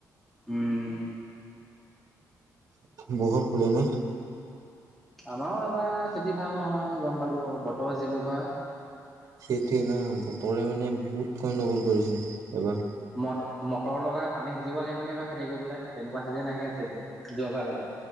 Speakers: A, in the centre; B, on the right.
A: উম
B: বহক খুলিম হে
A: আমাৰো এইবাৰ খেতি ভাল নহয় গম পালো বতৰ যেনেকুৱা
B: সেইটোৱে ন বতৰে মানে বহুত গণ্ডগোল কৰিছে এবাৰ
A: ম মটৰ লগাই পানী সিজিব লাগিব নে বাাৰ খেতি কৰিবলৈ তেনেকুৱা চিজেন আহি আছে। এতিয়া। যোৱাবাৰ আগতে